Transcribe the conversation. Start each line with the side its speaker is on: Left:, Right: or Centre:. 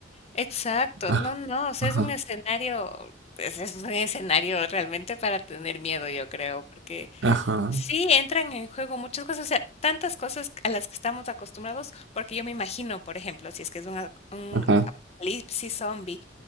Left: exacto.
Right: ah,
Left: No, no, o sea,
Right: ajá,
Left: es un escenario, pues, es un escenario realmente para tener miedo, yo creo, porque
Right: ajá,
Left: Sí, entran en juego muchas cosas, o sea, tantas cosas a las que estamos acostumbrados, porque yo me imagino, por ejemplo, si es que es un a un
Right: ajá.
Left: apocalipsis zombie,